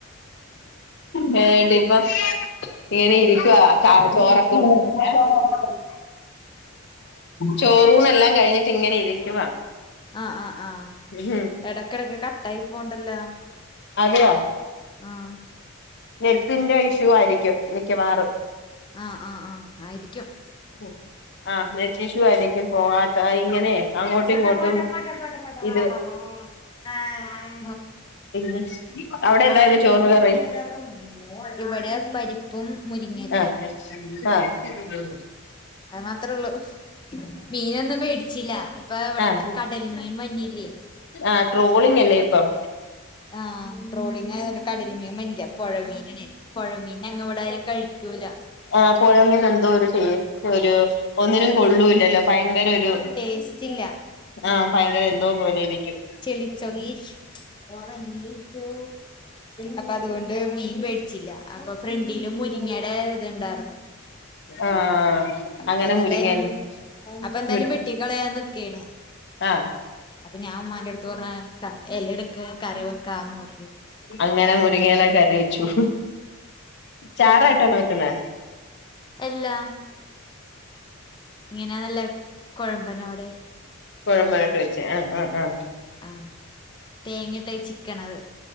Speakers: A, on the left; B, on the left.
A: നേട്ടിപ്പം ഇങ്ങനെ ഇരിക്കുവാ ചാ
B: ഒന്ന് പോകൂല്ലന്നുള്ള
A: ചോറൊക്കെ <unintelligible> ഏഹ്
B: കാര്യത്തി
A: ചേറൂണെല്ലാം കഴിഞ്ഞിട്ട് ഇങ്ങനെ ഇരിക്കുവാ
B: ആഹ് ആഹ് ആഹ്
A: ഉം
B: എടക്കെടക്ക് കട്ടായിപോണ്ടല്ലാ
A: അതെയോ
B: ആഹ്
A: നെറ്റിന്റെ ഇഷ്യൂവായിരിക്കും മിക്കവാറും
B: ആഹ് ആഹ് ആഹ് ആയിരിക്കും
A: ഉം ആഹ് നെറ്റിഷ്യു ആയിരിക്കും കോ കാട്ടാ ഇങ്ങനെ അങ്ങോട്ടും
B: പോട്ടെ
A: ഇങ്ങോട്ടും
B: പോട്ടെ പോട്ടെ പോട്ടെ
A: ഇത്
B: പോട്ടെ <unintelligible> ബാ <unintelligible>
A: പിന്നെ അവിടെ
B: ബാംഗ്ളൂരെത്തീറ്റാ
A: എന്തായിരുന്നു ചോറിന് കറി
B: <unintelligible> ഇവടെ പരിപ്പും മുരിങ്ങലേം
A: ആഹ് <unintelligible>
B: അഹ് മാത്രേ ഒള്ളൂ മീനൊന്നും വേടിച്ചില്ലാ ഇപ്പൊ ഇവടക്ക്
A: ആഹ്
B: കടൽ മീൻ വര്ഞ്ഞില്ലേ
A: ആഹ് ട്രോളിങ്ങല്ലേ ഇപ്പം
B: ആഹ് ട്രോളിങ്ങായതോ കടൽമീൻ വഞ്ഞില്ല പൊഴമീനാണേ പൊഴമീൻ ഞങ്ങ ഇവിടാരു കഴിക്കൂല
A: ആഹ് പൊഴമീന് എന്തോരു ടേസ്റ്റ് ഒരു ഒന്നിനും കൊള്ളൂല്ലല്ലോ ഭയങ്കര ഒരു
B: ടേസ്‌റ്റില്ല
A: ആഹ് പയങ്കര എന്തോ പോലെ ഇരിക്കും
B: ചെളി ച്ചൊകേര്ക്കും ഒറങ്ങിറ്റോ അപ്പൊ അതുകൊണ്ട് മീൻ വേടിച്ചില്ല അപ്പൊ ഫ്രണ്ടില് മുരിങ്ങടെ ഇത്ണ്ടാർന്ന്
A: ആഹ്
B: അപ്പ
A: അങ്ങനെ
B: അതെന്തായാലും
A: മുരിങ്ങയില
B: അപ്പൊ എന്തായാലും
A: മുരി
B: വെട്ടിക്കളയാൻ നിക്കേണ്
A: ആഹ്
B: അപ്പൊ ഞാ ഉമ്മാന്റെട്ത്ത് പറഞ്ഞ് ത എല എട്ക്ക് കറി വെക്കാന്ന് പറഞ്ഞു
A: അങ്ങനെ മുരിങ്ങഎല കറി വെച്ചു ചാറായിട്ടാണോ വെക്ക്ണേ
B: എല്ലാ ഇങ്ങനെ നല്ല കൊഴമ്പനോടെ
A: കൊഴമ്പായിട്ട് വെച്ച് ആഹ് ആഹ് ആഹ്
B: ആഹ് തേങ്ങയിട്ട് അഹ് ചിക്കണത്